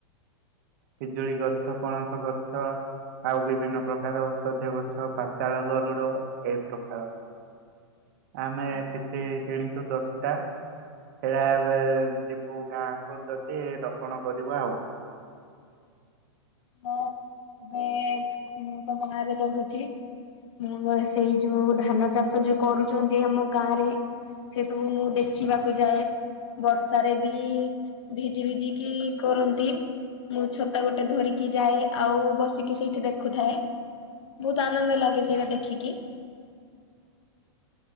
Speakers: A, on the right; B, on the left.
A: ପିଜୁଳି ଗଛ, ପଣସ ଗଛ। ଆଉ ବିଭିନ୍ନ ପ୍ରକାର ଔଷଧୀୟ ଗଛ ପାତାଳଗରୁଡ଼ ଏହିପ୍ରକାର। ଆମେ କିଛି କିଣିଚୁତ ଦଶ ଟା, ସେରା ଏବେ ଯିବୁ ଗାଁ କୁ ଯଦି ଦପଣ କରିବୁ ଆଉ।
B: ହୁଁ, ହଁ, ଏବେ ମୁଁ ତ ବାହାରେ ରହୁଛି। ମୁଁ ବା, ସେଇ ଯୋଉ ଧାନ ଚାଷ ଯୋଉ କରୁଛନ୍ତି ଆମ ଗାଁ ରେ। ସେ ସବୁ ମୁଁ ଦେଖିବାକୁ ଯାଏ। ବର୍ଷାରେ ବି ଭିଜି ଭିଜିକି କରନ୍ତି। ମୁଁ ଛତା ଗୋଟେ ଧରିକି ଯାଏ। ଆଉ ବସିକି ସେଇଠି ଦେଖୁଥାଏ, ବହୁତ ଆନନ୍ଦ ଲାଗେ ସେଇଟା ଦେଖିକି।